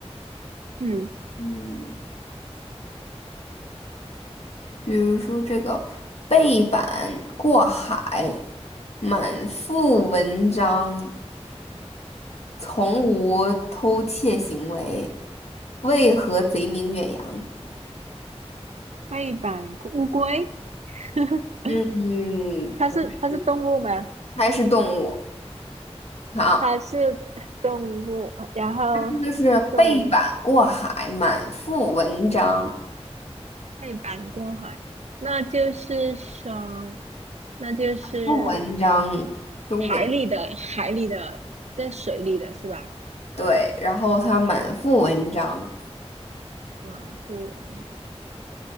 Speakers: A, on the right; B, on the left.
A: 嗯，
B: 嗯，比如说这个背板过海，满腹文章，从无偷窃行为，为何贼名远扬？
A: 背板乌龟，<laughs>
B: 嗯，嗯，
A: 它是它是动物吗？
B: 不是，还是动物。好，
A: 它是动物，然后
B: 这个是背板过海，
A: 动物
B: 满腹文章，
A: 背板过海，那就是说，那就是。
B: 腹文章，重点
A: 海里的海里的，在水里的是吧？
B: 对，然后他满腹文章，
A: 满不文章，